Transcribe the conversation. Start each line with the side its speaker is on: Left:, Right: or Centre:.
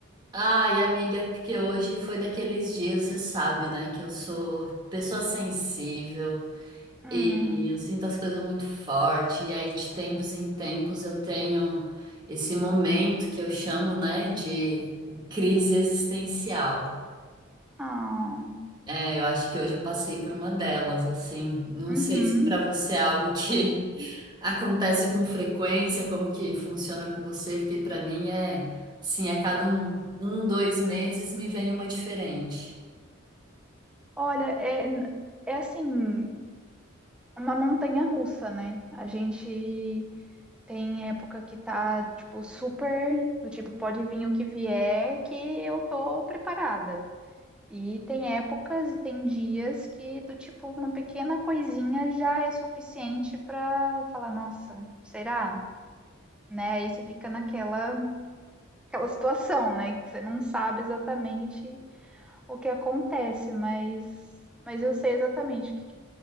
Right: Ai, amiga, é porque hoje foi daqueles dias, você sabe, né, que eu sou pessoa sensível
Centre: Hum,
Right: e eu sinto as coisas muito forte, e aí de tempos em tempos eu tenho esse momento que eu chamo, né, de crise existencial.
Centre: ah,
Right: É, eu acho que hoje eu passei por uma delas, assim. Não
Centre: uhum.
Right: sei se para você é algo que <laughs> acontece com frequência, como que funciona com você, porque para mim é, assim, a cada um, um, dois meses me vem uma diferente.
Centre: Olha, é, é assim, uma montanha russa, né? A gente tem época que tá, tipo, super, do tipo, pode vir o que vier, que eu tô preparada. E tem épocas e tem dias que do tipo uma pequena coisinha já é suficiente para falar, nossa, será? Né? Aí você fica naquela aquela situação, né, que você não sabe exatamente o que acontece, mas mas eu sei exatamente o que,